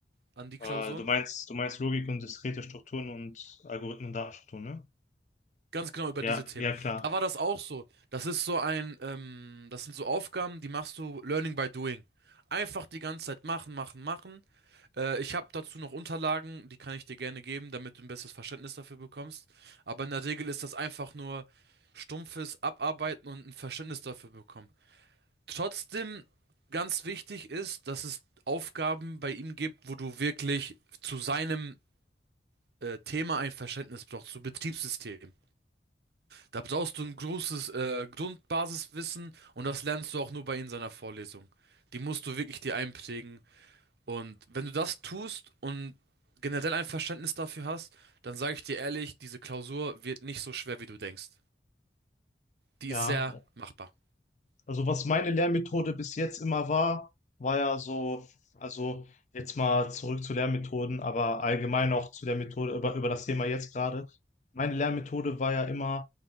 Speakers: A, on the right; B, on the left.
A: an die
B: Äh,
A: Klausuren.
B: du meinst, du meinst Logik und diskrete Strukturen und Algorithmen und Datenstrukturen, ne?
A: Ganz genau über
B: Ja,
A: diese Themen.
B: ja klar.
A: Da war das auch so. Das ist so ein, ähm, das sind so Aufgaben, die machst du Learning by Doing. Einfach die ganze Zeit machen, machen, machen. Äh, ich habe dazu noch Unterlagen, die kann ich dir gerne geben, damit du ein besseres Verständnis dafür bekommst. Aber in der Regel ist das einfach nur stumpfes Abarbeiten und ein Verständnis dafür bekommen. Trotzdem ganz wichtig ist, dass es Aufgaben bei ihm gibt, wo du wirklich zu seinem äh, Thema ein Verständnis brauchst, zu Betriebssystem. Da brauchst du ein großes äh, Grundbasiswissen und das lernst du auch nur bei ihm in seiner Vorlesung. Die musst du wirklich dir einprägen. Und wenn du das tust und generell ein Verständnis dafür hast, dann sage ich dir ehrlich, diese Klausur wird nicht so schwer, wie du denkst. Die
B: Ja.
A: ist sehr machbar.
B: Also was meine Lernmethode bis jetzt immer war, war ja so, also jetzt mal zurück zu Lernmethoden, aber allgemein auch zu der Methode, über, über das Thema jetzt gerade. Meine Lernmethode war ja immer